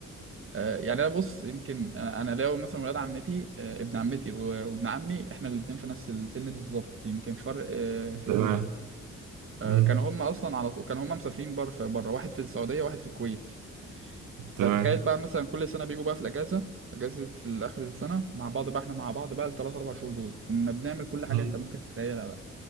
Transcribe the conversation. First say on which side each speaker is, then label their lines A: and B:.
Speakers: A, on the right; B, on the right.
A: آه، يعني انا بص يمكن انا أنا لو مثلا ولاد عمتي آه، ابن عمتي و- وابن عمي احنا الاثنين في نفس السن بالظبط يمكن فرق آه، شهور
B: تمام
A: آه،
B: مم.
A: كانوا هم اصلا على طول كانوا هم مسافرين بره في بره واحد في السعوديه واحد في الكويت فتخيل
B: تمام
A: بقى مثلا كل سنه بيجوا بقى في الاجازه اجازه اخر السنه مع بعض بقى احنا مع بعض بقى الثلاث اربع شهور دول كنا بنعمل كل حاجه
B: مم.
A: انت ممكن تتخيلها بقى